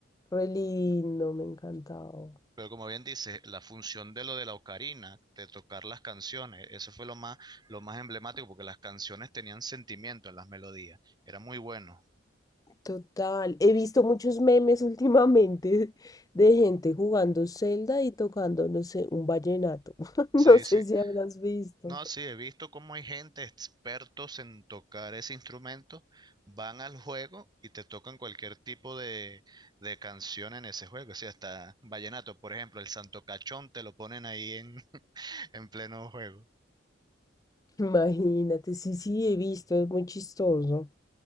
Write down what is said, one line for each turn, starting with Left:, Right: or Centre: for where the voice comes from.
Left: Re lindo, me encantaba.
Right: Pero como bien dices, la función de lo de la ocarina, de tocar las canciones, eso fue lo más, lo más emblemático porque las canciones tenían sentimiento en las melodías. Era muy bueno.
Left: Total. He visto muchos memes <laughs> últimamente de gente jugando Zelda y tocando, no sé, un vallenato. <laughs> No
Right: Sí,
Left: sé
Right: sí.
Left: si habrás visto.
Right: No, sí, he visto cómo hay gente expertos en tocar ese instrumento, van al juego y te tocan cualquier tipo de, de canción en ese juego. O sea, hasta vallenato, por ejemplo, el Santo Cachón te lo ponen ahí en, <laughs> en pleno juego.
Left: Imagínate, sí, sí, he visto, es muy chistoso.